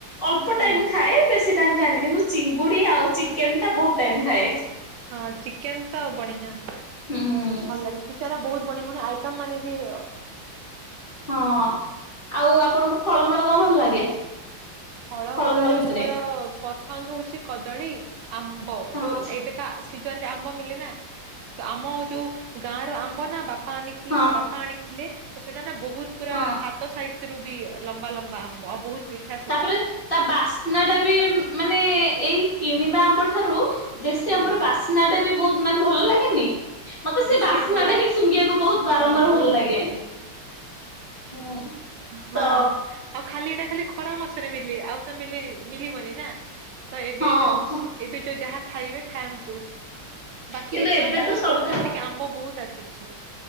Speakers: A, on the left; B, on the right.
A: ଅଳ୍ପ
B: ହୁଁ।
A: ଟାଇମ। ଖାଏ ବେଶୀ ଟାଇମ ଖାଏନି କିନ୍ତୁ ଚିଙ୍ଗୁଡି ଆଉ ଚିକେନ ଟା ବହୁତ ଟାଇମ ଖାଏ।
B: ହଁ ଚିକେନ ତ ବଣିହା ଭଲ
A: ହୁଁ
B: ଲାଗେ ବିଚାରା ବହୁତ। ପୁୁଣି ପୁଣି ଆଇଟମ ମାନେ ବି ଅ
A: ହଁ, ଆଉ ଆପଣଙ୍କୁ ଫଳମୂଳ କଣ ଭଲ ଲାଗେ?
B: ଫଳମୂଳରେ
A: ଫଳମୂଳ ଭିତରେ
B: ମୋର ପସନ୍ଦ ହଉଛି କଦଳୀ, ଆମ୍ବ
A: ହଁ
B: ଯୋଉ ଏବେକା ସିଜନ ରେ ଆମ୍ବ ମିଲେ ନା ତ ଆମ ଯୋଉ ଗାଁ ର ଆମ୍ବ ନା ବାପ୍ ପା ଆଣିଥିଲେ
A: ହଁ
B: ବାପା ଆଣିଥିଲେ ତ ସେଟା ନା ବହୁତ ପୁରା
A: ହଁ।
B: ହା ତ ସାଇଜ ରୁ ବି ଲମ୍ବା ଲମ୍ବା ଆମ୍ବ ଆଉ ବହୁତ ମିଠା। ସେଟା।
A: ତାପରେ ତା ବାସ୍ନା ଟା ବି ମାନେ ଏଇ କିଣିବା ଆମ୍ବ ଠାରୁ ଦେଶୀ
B: ହୁଁ
A: ଆମ୍ବର ବାସ୍ନା ଟା ବି ବହୁତ ମାନେ ଭଲ ଲାଗେନି? ମତେ ସେ
B: ଦେଶୀ
A: ବାସ୍ନା
B: ଆମ୍ବ
A: ଟା ହିଁ ଶୁଙ୍ଗିବାକୁ ବହୁତ ବାରମ୍ବାର
B: ହଁ ବହୁତ
A: ଭଲ ଲାଗେ।
B: ବଢିଆ
A: ହୁଁ
B: ହଁ
A: ତ
B: ଆଉ ଖାଲି ଏଟା ଖାଲି ଖରା ମାସରେ ମିଲେ ଆଉ ତ ମିଲେ ଆଉ ମିଲିବନି ନା ତ ଏବେ
A: ହଁ
B: ଯୋଉ
A: ଖ
B: ଏବେ ଯୋଉ ଯାହା ଖାଇବେ ଖାଆନ୍ତୁ ବାକି
A: କିନ୍ତୁ
B: ଏଥର
A: ଏବେ
B: କୋଉ
A: ତ ସବୁ
B: କୋଉ ଚନ୍ତି କି, ଆମ୍ବ ବହୁତ ଆସିଛି।